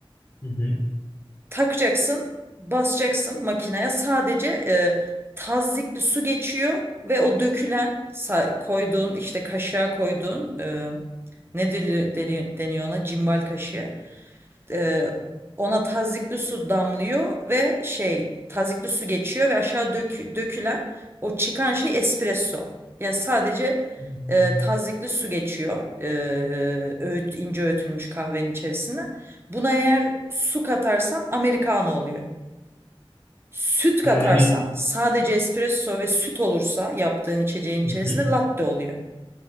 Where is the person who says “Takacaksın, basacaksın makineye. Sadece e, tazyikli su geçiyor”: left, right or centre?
Right